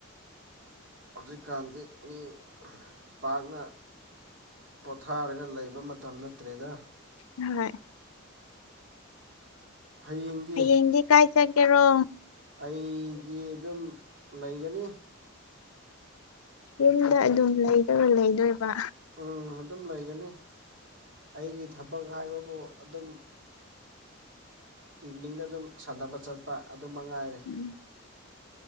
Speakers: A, on the right; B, on the left.
A: ꯍꯧꯖꯤꯛꯀꯥꯟꯗꯤ ꯃꯤ ꯄꯥꯛꯅ ꯄꯣꯊꯥꯔꯒ ꯂꯩꯕ ꯃꯇꯝ ꯅꯠꯇ꯭ꯔꯦꯗ
B: ꯍ
A: ꯍꯌꯦꯡꯒꯤ
B: ꯍꯌꯦꯡꯗꯤ ꯀꯥꯏ ꯆꯒꯦꯔꯣ
A: ꯑꯩꯗꯤ ꯑꯗꯨꯝ ꯂꯩꯒꯅꯤ ꯍꯟꯗꯛꯇꯤ
B: ꯌꯨꯝꯗ ꯑꯗꯨꯝ ꯂꯩꯗꯕ ꯂꯩꯗꯣꯏꯕ
A: ꯎꯝ ꯑꯗꯨꯝ ꯂꯩꯒꯅꯤ ꯑꯩꯒꯤ ꯊꯕꯛ ꯍꯥꯏꯕꯕꯨ ꯑꯗꯨꯝ ꯏꯚꯤꯅꯤꯡꯗ ꯑꯗꯨꯝ ꯁꯥꯟꯅꯕ ꯆꯠꯄ ꯑꯗꯨ ꯃꯉꯥꯏꯔꯦ
B: ꯎꯝ